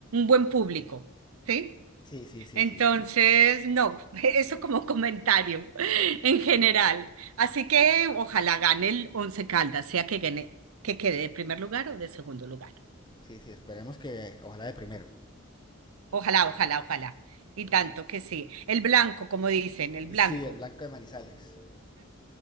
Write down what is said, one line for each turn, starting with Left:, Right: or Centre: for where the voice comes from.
Right: buen público, ¿sí?
Left: Sí, sí, sí,
Right: Entonces,
Left: sí.
Right: no, <laughs> eso como comentario en general. Así que ojalá gane el Once Caldas, sea que gane, que quede de primer lugar o de segundo lugar.
Left: Sí, sí, esperemos que. Ojalá de primero.
Right: Ojalá, ojalá, ojalá. Y tanto que sí. El blanco, como dicen, el blanco.
Left: Sí, el blanco de Manizales.